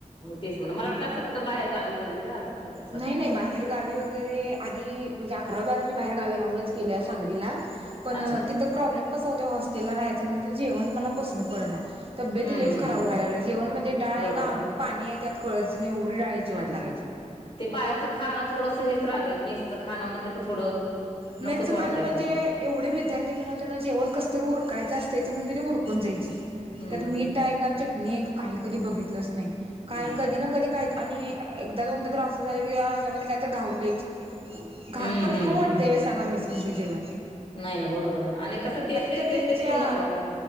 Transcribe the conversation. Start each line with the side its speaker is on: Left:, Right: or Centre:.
Left: तेच म्हण मला वाटलं अस कुठे बाहेर गावी वगैरे राहतात. काय काय असं
Right: नाही!
Left: वाटलं
Right: नाही! बाहेर गावी वगैरे आधी म्हणजे अकरा बारावी बाहेरगावी राहूनच केल्या सांगलीला, पण
Left: अच्छा
Right: तिथं प्रॉब्लेम कसा होतो होस्टेलला राहायाचं म्हणलं की जेवण मला पसंत पडना, तब्येती
Left: हम्म
Right: लईच खराब व्हाय लागल्या, जेवण म्हणजे डाळ आहे
Left: बरोबर
Right: का पाणी आहे त्यात कळच नाही आवडी डाळायची
Left: हम्म
Right: वाट लागयची.
Left: ते बाहेरचं खाण थोडंसं हेच राहत मेसचं खाण म्हणलं की थोडं
Right: मेसचं
Left: नकोच वाटतंय
Right: खाणं म्हणजे
Left: खायला
Right: एवढे विद्यार्थी म्हणाव त्यांना जेवण कसतरी उरकायचं असतंय. म्हणून तेनी उरकून जायचीत.
Left: हम्.
Right: त्यात मीठ आहे काय? चटणी काय? कधी बघितलंच नाही, काय
Left: नाही
Right: कधी ना कधी काही आणि एकदा जर अस झालय की काहीतरी घावलंयच घालताना
Left: हम्म
Right: परत
Left: हम्म
Right: खर वाटतंय
Left: हम्म
Right: सांगा मिस मध्ये जेवन
Left: नाही ना बरोबर आहे ना आणि कसं तेचतेच
Right: तर
Left: तेचतेच
Right: त्यांच्या
Left: पण नको वाटतय